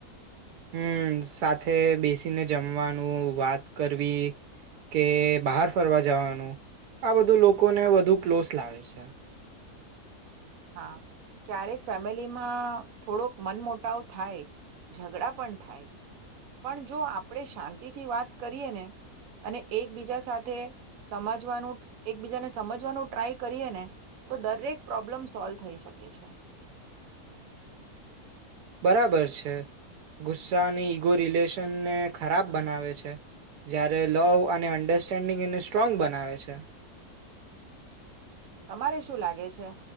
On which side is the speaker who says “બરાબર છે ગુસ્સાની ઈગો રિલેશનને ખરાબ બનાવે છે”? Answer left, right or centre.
Right